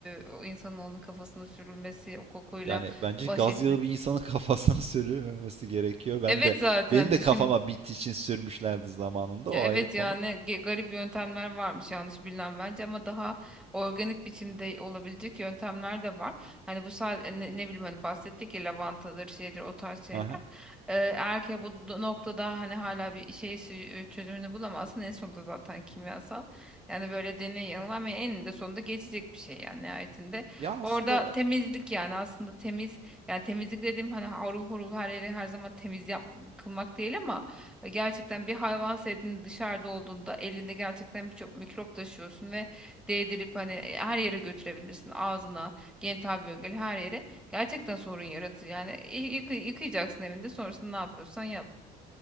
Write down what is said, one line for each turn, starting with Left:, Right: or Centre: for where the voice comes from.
Centre: o insanın onun kafasına sürülmesi o kokuyla
Right: Yani bence
Centre: baş
Right: gaz
Centre: etmek.
Right: yağı bir insanın <laughs> kafasına sürülmemesi gerekiyor. Ben
Centre: Evet
Right: de
Centre: zaten
Right: benim de
Centre: düşün.
Right: kafama bittiği için sürmüşlerdi zamanında.
Centre: Ya
Right: O
Centre: evet
Right: ayrı konu.
Centre: ya ne ge- garip yöntemler varmış yanlış bilinen bence ama daha organik biçimde olabilecek yöntemler de var. Hani bu sadece ne, ne bileyim hani bahsettik ya lavantadır şeydir o tarz şeyler.
Right: Aha.
Centre: Ee, eğer ki bu do- noktada hani hala bir şey sü- e, çözümünü bulamazsın en sonunda zaten kimyasal. Yani böyle deney yanılma ama eninde sonunda geçecek bir şey yani nihayetinde.
Right: Ya aslında
Centre: Orada temizlik yani aslında temiz yani temizlik dediğim hani harul hurul her yeri her zaman temiz yap kılmak değil ama ve gerçekten bir hayvan sevdiğin dışarıda olduğunda elinde gerçekten birçok mikrop taşıyorsun ve değdirip hani e, her yere götürebilirsin. Ağzına, genital bölgeli her yere. Gerçekten sorun yaratır. Yani y- yıkı- yıkayacaksın evinde sonrasında ne yapıyorsan yap.